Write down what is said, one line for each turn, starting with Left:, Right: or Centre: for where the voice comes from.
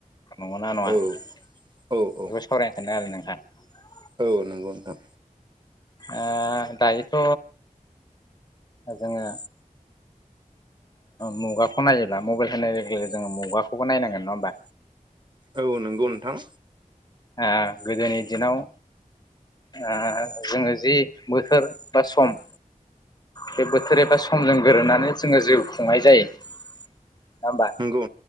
Left: नंगौ ना नङा
Right: औ
Left: बेखौ
Right: औ औ
Left: सावरायनो सानोदों आरो नों? <unintelligible>
Right: औ नंगौ नथां।
Left: ओ दायोथ' जोङो मुगाखौ नायोब्ला मबाइल होननाय लोगो लोगो जोङो मुगाखौबो नायनांगोन नङा होमबा?
Right: औ नंगौ नोंथां।
Left: ओ गोदोनि दिनाव ओ जोङो जि बोथोर एबा सम बे बोथोर एबा समजों गोरोबनानै जोङो जिउ खुंनाय जायो। नङा होमबा
Right: नोंगौ